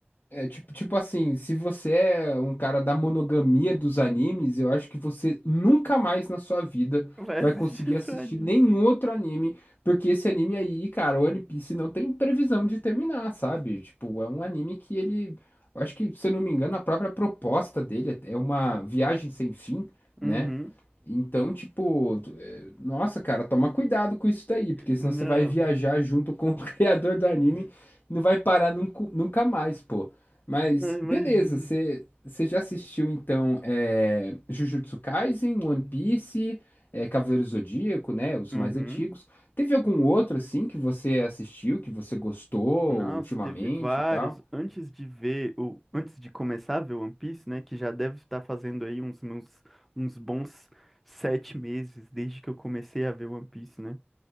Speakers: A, on the left (about 55°); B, in the centre.
A: É tipo, tipo assim, se você é um cara da monogamia dos animes, eu acho que você nunca mais na sua vida
B: Vai assistir
A: vai conseguir
B: <laughs> outro
A: assistir
B: anime.
A: nenhum outro anime, porque esse anime aí, cara, o One Piece não tem previsão de terminar, sabe? Tipo, é um anime que ele, eu acho que, se eu não me engano, a própria proposta dele é uma viagem sem fim,
B: Uhum.
A: né? Então, tipo, é, nossa, cara, toma cuidado com isso daí, porque senão
B: Não,
A: você vai viajar junto com o <laughs> criador do anime, não vai parar nunca nunca mais, pô. Mas
B: não imagino.
A: beleza, você você já assistiu então é, Jujutsu Kaisen, One Piece, é, Cavaleiro Zodíaco, né? Os
B: Uhum.
A: mais antigos. Teve algum outro assim que você assistiu, que você gostou
B: Nossa,
A: ultimamente
B: teve vários.
A: e tal?
B: Antes de ver, o, antes de começar a ver One Piece, né, que já deve estar fazendo aí uns, uns, uns bons sete meses desde que eu comecei a ver One Piece, né?